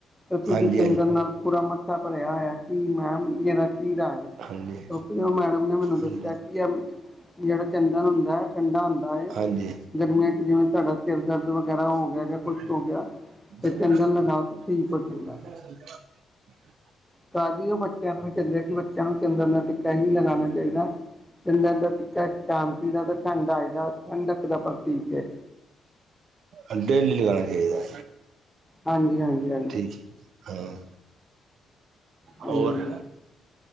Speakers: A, in the centre; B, on the right (about 65°).
A: ਤੇ ਤੁਸੀਂ
B: ਹਾਂਜੀ
A: ਚੰਦਨ ਨਾਲ ਪੂਰਾ ਮੱਥਾ ਭਰਿਆ ਹੋਇਐ ਕੀ ਮੈਮ ਏਦਾ ਕੀ ਰਾਜ ਏ।
B: ਹਾਂਜੀ ਹਾਂਜੀ
A: ਕਿਉਕਿ ਓ ਮੈਡਮ ਨੇ ਮੈਨੂੰ ਦੱਸਿਆ
B: ਹਾਂਜੀ
A: ਕੀ ਐ ਜੇੜਾ ਚੰਦਨ ਹੁੰਦਾ ਏ ਠੰਡਾ ਹੁੰਦਾ ਏ।
B: ਹਾਂਜੀ
A: ਗਰਮੀਆਂ 'ਚ ਜਿਵੇਂ ਤੁਆਡਾ ਸਿਰ ਦਰਦ ਵਗੈਰਾ ਹੋ ਗਿਆ
B: <inaudible>
A: ਜਾਂ ਕੁਛ ਹੋ ਗਿਆ ਤੇ ਚੰਦਨ ਲਗਾਓ ਤੇ ਠੀਕ ਹੋ ਜਾਂਦਾ। ਤਦ ਈ ਬ ਆ ਕਿ ਬੱਚਿਆਂ ਨੂੰ ਚੰਦਨ ਦਾ ਟਿੱਕਾ ਹੀ ਲਗਾਣਾ ਚਾਈਦਾ ਚੰਦਨ ਦਾ ਟਿੱਕਾ ਸ਼ਾਂਤੀ ਦਾ ਤੇ ਠੰਡਾਈ ਦਾ ਠੰਡਕ ਦਾ ਪਰਤੀਕ ਏ।
B: ਅਗੇ ਕੀ ਲਗਾਣਾ ਚਾਈਦਾ
A: ਹਾਂਜੀ ਹਾਂਜੀ ਹਾਂਜੀ
B: ਠੀਕ ਏ। ਹਾਂ
A: ਹਾਂਜੀ
B: ਹੋਰ
A: ਜੀ